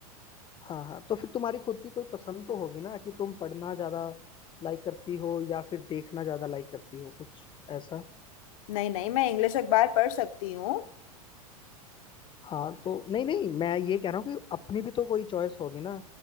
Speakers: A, on the left; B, on the left.
A: हाँ हाँ तो फिर तुम्हारी खुद की कोई पसंद तो होगी ना कि तुम पढ़ना ज्यादा लाइक करती हो या फिर देखना ज्यादा लाइक करती हो कुछ ऐसा
B: नहीं नहीं मैं इंग्लिश अखबार पढ़ सकती हूँ
A: हाँ तो नहीं नहीं मैं ये कह रहा हूँ कि अपनी भी तो कोई चॉइस होगी ना